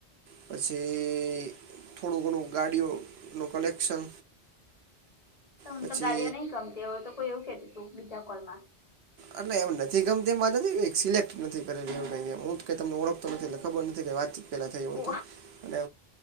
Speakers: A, on the right; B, on the left.
A: પછી થોડું ઘણું ગાડીઓનું કલેક્શન
B: તો હું
A: પછી
B: તો ગાડીઓ નહીિ ગમતી હોય તો કોઈ એવું કેતું તું બીજા કોલમાં
A: એટલે એમ નથી ગમતી એમ વાત નથી સિલેક્ટ નથી કરી રહ્યું ક હું તમને ઓળખતો નથી એટલે ખબર નથી વાત પેલા થયું હોય
B: ઓ
A: તો અને